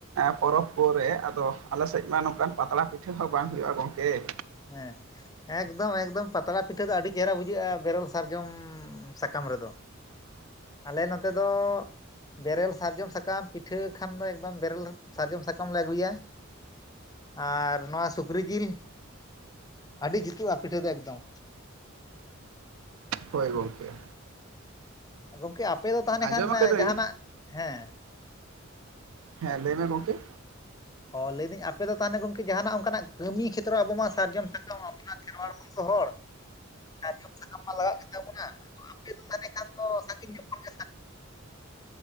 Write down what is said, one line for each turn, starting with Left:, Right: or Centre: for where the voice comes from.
Right: ᱯᱚᱨᱚᱵᱽ ᱠᱚᱨᱮ ᱟᱫᱚ ᱟᱞᱮ ᱥᱮᱫ ᱢᱟ ᱱᱚᱝᱠᱟᱱ ᱯᱟᱛᱲᱟ ᱯᱤᱴᱷᱟᱹ ᱦᱚᱸ ᱵᱟᱝ ᱦᱩᱭᱩᱜᱼᱟ ᱜᱚᱝᱠᱮ
Left: ᱦᱮᱸ ᱮᱠᱫᱚᱢ ᱮᱠᱫᱚᱢ ᱯᱟᱛᱲᱟ ᱯᱤᱴᱷᱟᱹ ᱫᱚ ᱟᱹᱰᱤ ᱪᱮᱦᱨᱟ ᱵᱩᱡᱷᱟᱹᱜᱼᱟ ᱵᱮᱨᱮᱞ ᱥᱟᱨᱡᱚᱢ ᱥᱟᱠᱟᱢ ᱨᱮᱫᱚ ᱟᱞᱮ ᱱᱚᱛᱮ ᱫᱚ ᱵᱮᱨᱮᱞ ᱥᱟᱨᱡᱚᱢ ᱥᱟᱠᱟᱢ ᱯᱤᱴᱷᱟᱹ ᱠᱷᱟᱱ ᱫᱚ ᱮᱠᱫᱚᱢ ᱵᱮᱨᱮᱞ ᱥᱟᱨᱡᱚᱢ ᱥᱟᱠᱟᱢ ᱞᱮ ᱟᱹᱜᱩᱭᱟ, ᱟᱨ ᱱᱚᱣᱟ ᱥᱩᱠᱨᱤ ᱡᱤᱞ ᱟᱹᱰᱤ ᱡᱩᱛᱩᱜᱼᱟ ᱯᱤᱴᱷᱟᱹ ᱫᱚ ᱮᱠᱫᱚᱢ
Right: ᱦᱳᱭ ᱜᱳᱢᱠᱮ
Left: ᱦᱮᱸ ᱜᱚᱢᱠᱮ ᱟᱯᱮ ᱫᱚ ᱛᱟᱦᱚᱞᱮ
Right: ᱟᱸᱡᱚᱢ
Left: ᱠᱷᱟᱱ
Right: ᱟᱠᱟᱫᱟᱹᱧ
Left: ᱡᱟᱦᱟᱱᱟᱜ ᱦᱮᱸᱼᱼ
Right: ᱦᱮᱸ ᱞᱟᱹᱭᱢᱮ ᱜᱚᱢᱠᱮ?
Left: ᱚ ᱞᱟᱹᱭᱫᱟᱹᱧ ᱟᱯᱮ ᱫᱚ ᱛᱟᱦᱚᱞᱮ ᱜᱚᱢᱠᱮ ᱡᱟᱦᱟᱱᱟᱜ ᱚᱱᱠᱟᱱᱟᱜ ᱠᱟᱹᱢᱤ ᱠᱷᱮᱛᱨᱚ ᱟᱵᱚ ᱢᱟ ᱥᱟᱨᱡᱚᱢ ᱥᱟᱠᱟᱢ <unintelligible> ᱠᱷᱮᱨᱣᱟᱲ ᱢᱚᱝᱥᱚ ᱦᱚᱲᱼᱼ ᱥᱟᱨᱡᱚᱢ ᱥᱟᱠᱟᱢ ᱢᱟ ᱞᱟᱜᱟᱜ ᱜᱮᱛᱟᱵᱚᱱᱟ ᱟᱯᱮ ᱫᱚ ᱛᱟᱞᱦᱮ ᱠᱷᱟᱱ ᱫᱚ ᱥᱟᱺᱜᱤᱧ ᱧᱚᱜ ᱠᱷᱚᱱ ᱜᱮᱼᱼ